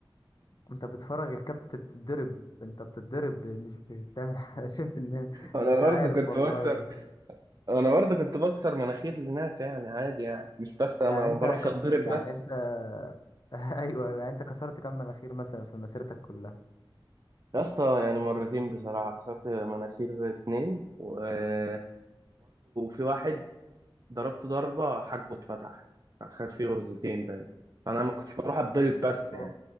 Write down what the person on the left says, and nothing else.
انت بتفرج الكابت بتتضرب انت بتتضرب مش مش بتعمل حاجة <laughs> شايف ان
مش
عارف
والله
يعني
يعني
انت
كس...
يعني
انت <laughs> ايوه ايوه يعني انت كسرت كم مناخير مثلا في مسيرتك كلها
اه